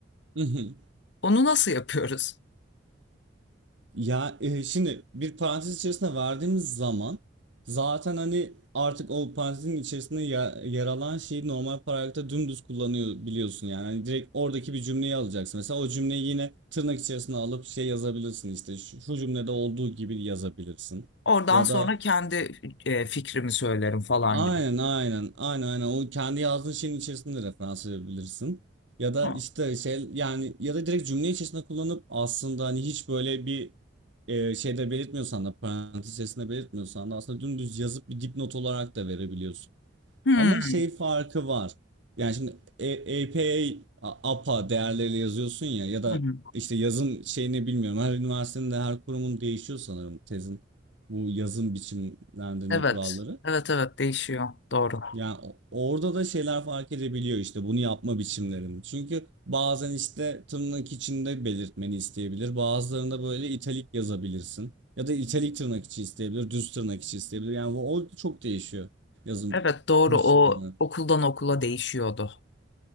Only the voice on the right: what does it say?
hı hı.
Ya e, şimdi bir parantez içerisine verdiğimiz zaman zaten hani artık o parantezin içerisinde ya- yer alan şeyi normal paragrafta dümdüz kullanıyor biliyorsun yani. Hani direkt oradaki bir cümleyi alacaksın. Mesela o cümleyi yine tırnak içerisine alıp şey yazabilirsin işte şu, şu cümlede olduğu gibi yazabilirsin.
Ya
da
Aynen
aynen aynen aynen o kendi yazdığın şeyin içerisinde referans verebilirsin. Ya da
işte şey yani ya da direkt cümle içerisinde kullanıp aslında hani hiç böyle bir e, şeyde belirtmiyorsan da parantez içerisinde belirtmiyorsan da aslında dümdüz yazıp bir dipnot olarak da verebiliyorsun.
Ama şey farkı var. Yani şimdi E- APA, a- APA değerleriyle yazıyorsun ya ya da
işte yazım şeyini bilmiyorum. Her üniversitenin de her kurumun değişiyor sanırım tezin bu yazım biçimlendirme
kuralları.
Yani o- orada da şeyler fark edebiliyor işte bunu yapma biçimlerini. Çünkü bazen işte tırnak içinde belirtmeni isteyebilir. Bazılarında böyle italik yazabilirsin. Ya da italik tırnak içi isteyebilir, düz tırnak içi isteyebilir. Yani bu orada çok değişiyor yazım
biçimi
olarak.